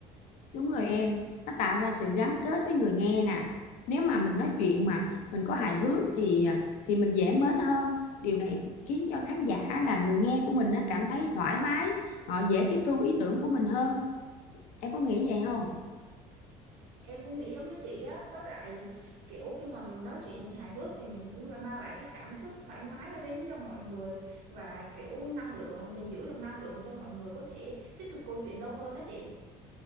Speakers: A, on the left; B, on the right.
A: Đúng rồi em, nó tạo ra sự gắn kết với người nghe nè. Nếu mà mình nói chuyện mà mình có hài hước thì à, thì mình dễ mến hơn. Điều này khiến cho khán giả là người nghe của mình á, cảm thấy thoải mái, họ dễ tiếp thu ý tưởng của mình hơn. Em có nghĩ vậy không?
B: em cũng nghĩ giống với chị á với lại kiểu khi mà mình nói chuyện hài hước thì mình cũng là mang lại cái cảm xúc thoải mái đến cho mọi người và kiểu năng lượng mình giữ được năng lượng cho mọi người có thể tiếp tục câu chuyện lâu hơn đó chị